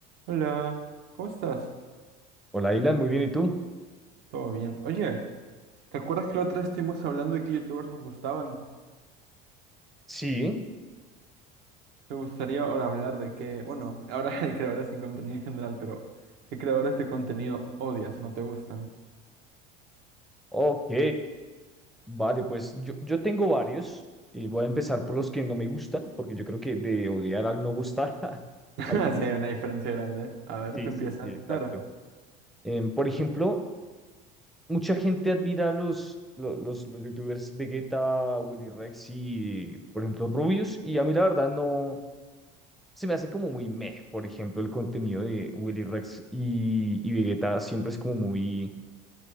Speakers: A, on the right; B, in the centre.
A: Hola, ¿cómo estás?
B: Hola, Ilan, muy bien, ¿y tú?
A: ¿Todo bien? Oye, ¿te acuerdas que la otra vez estuvimos hablando de qué youtubers nos gustaban?
B: Sí,
A: ¿Te gustaría ahora hablar de qué, bueno, ahora <laughs> hay creadores sin contenido en general, pero qué creadores de contenido odias o no te gustan?
B: Ok, vale, pues yo, yo tengo varios y voy a empezar por los que no me gustan, porque yo creo que de odiar al no gustar <laughs>
A: <laughs>
B: hay un
A: Sí,
B: montón.
A: hay una diferencia grande. A ver,
B: Sí,
A: tú empiezas.
B: sí, sí, exacto.
A: Claro,
B: Em, por ejemplo, mucha gente admira a los, lo- los, los, youtubers Vegeta, Willy Rex y, por ejemplo, Rubius, y a mí la verdad no, se me hace como muy meh, por ejemplo, el contenido de Willy Rex y, y Vegeta siempre es como muy,